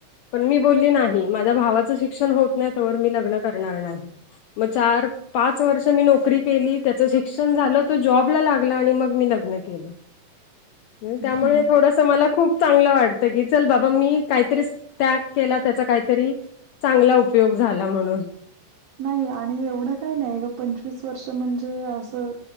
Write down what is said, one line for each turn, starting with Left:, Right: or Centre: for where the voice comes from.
Left: पण मी बोलली नाही, माझ्या भावाचं शिक्षण होत नाही तोवर मी लग्न करणार नाही. म चार पाच वर्ष मी नोकरी केली, त्याच शिक्षण झालं, तो जॉबला लागला आणि मग मी लग्न केलं. <unintelligible> त्यामुळे
Right: हम्म.
Left: थोडस मला खूप चांगलं वाटत की चल बाबा मी काहीतरी त्याग केला त्याचा काहीतरी चांगला उपयोग झाला म्हणून
Right: नाही आणि एवढं काही नाही ग पंचवीस वर्ष म्हणजे असं